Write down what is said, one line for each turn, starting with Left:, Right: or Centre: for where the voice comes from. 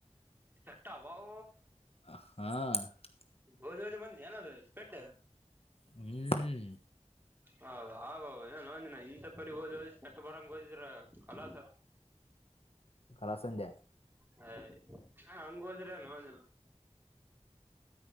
Right: ಕೆಟ್ಟ ಅಬಾವ
Left: ಹಾ
Right: ಹೋದ್ ಹೋದು ಬಂದಿ ಏನಾದ ಪಟ್ಟೆ
Left: ಹ್ಮ್
Right: ಹ ಆ ಏನ್ ನಂದಿನ ಇಂಥ ಪರಿ ಓದ ಚಟ್ಟ ಬರಂಗ ಓದಿದ್ರ ಕಲಾಸ
Left: ಕಲಾಸಿಂದ
Right: ಹ ಹಂಗ ಹೋದ್ರೆನುವಿಲ್ಲ